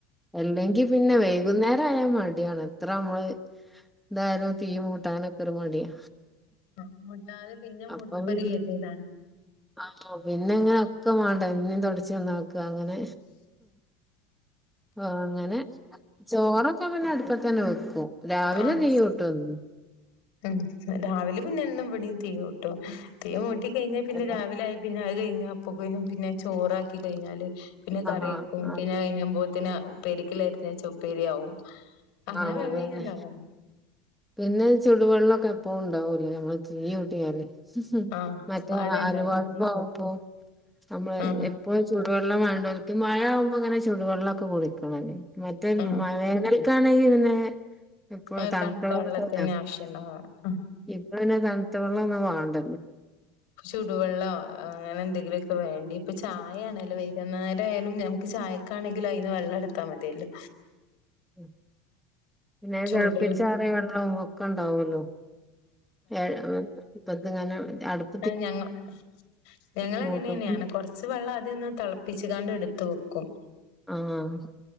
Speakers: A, in the centre; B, on the left.
A: എല്ലെങ്കി. പിന്നെ, വൈകുന്നേരായ മടിയാണ് ത്ര നമ്മള് ന്തായാലും തീ മൂട്ടനെക്കെരു മടിയാ....
B: ആഹ് മൂട്ടാതെ പിന്നെ
A: അപ്പൊ
B: മൂട്ട്മ്പോ
A: പിന്നെ
B: ഒരുകതിയേടാ ണ്. ത്തിയതാണ്
A: ആഹ്, പിന്ന ങ്ങനെ ഒക്കെ മാണ്ടേ പിന്നീ തുടച്ച് നന്നാക്ക അങ്ങനെ. ആഹ്, ങ്ങനെ ചോറൊക്കെ പിന്നെ അടുപ്പതെന്നെവെക്കും രാവിലെ
B: ആഹ്
A: തീയൂട്ടും എന്നും..
B: ഉം, രാവിലെ പിന്നെ എന്നും ഇവിടിം തീയൂട്ടും. തീ, മൂട്ടീകഴിഞ്ഞാൽ പിന്നെ
A: അല്ല
B: രാവിലെ ആ പിന്നെ അത് കഴിഞ്ഞപ്പുകനും പിന്നെ ചോറാക്കി കഴിഞ്ഞാല് പിന്നെ കറി
A: ആഹ്
B: വെക്കും
A: ആഹ്
B: പിന്നെ കഴിയുമ്പോത്തിനെ ഉപ്പേരിക്കല്ല എടുത്ത്‌യിച്ചാ ഉപ്പേരിയാവും അങ്ങനെ
A: ആഹ്
B: വേവി
A: അതന്നെ
B: ഉണ്ടാവും
A: പിന്നെ ചുടുവെള്ളമൊക്കെ എപ്പോഴും ഉണ്ടാവൂലേ നമ്മള് തീ കൂട്ടിയാല്
B: ആഹ്
A: മറ്റേ
B: അവിടെ ഇണ്ടാവും.
A: അലവാഴുമപ്പോ നമ്മള്
B: ആഹ്
A: ഇപ്പോ ചുടു വെള്ളം വേണ്ടോക്ക്, മഴ ആവുമ്പോ ഇങ്ങനെ ചുടുവെള്ള ഒക്കെ കുടിക്കണല്ലേ മറ്റേ
B: ആഹ്.
A: എനിക്കാണെങ്കിൽ പിന്നെ എപ്പോഴു
B: ആഹ്
A: തണുത്ത
B: വെള്ളത്തിന് ആവശ്യണ്ടാവാ. ആഹ്
A: ഇപ്പ പിന്നെ തണുത്ത വെള്ളം ഒന്നും വേണ്ട
B: ചുടുവെള്ളം അങ്ങനെ എന്തെങ്കിലുമൊക്കെ വേണ്ടി ഇപ്പൊ ചായ ആണല്ലോ വൈകുന്നേരം ആയാലും നമക്ക് ചായക്കാണെങ്കിലും അതിന്ന് വെള്ളം എടുത്താൽ മതിയല്ലോ
A: ഉം പിന്നെ
B: ചൂടുള്ള
A: തിപ്പിച്ചാറിയ വെള്ളവും ഒക്കെ ഉണ്ടാവല്ലോ ' ഏ ഇപ്പങ്ങെ അടുപ്പ
B: അ ഞങ്ങളിങ്ങനെ അങ്ങനെ
A: മൂട്ടുമ്പോ
B: തന്നെയാണ് കുറച്ച് വെള്ളം ആദ്യം മൊന്ന് തെളപ്പ പിച്ചുകാണ്ട് എടുത്ത വെക്കും
A: ആഹ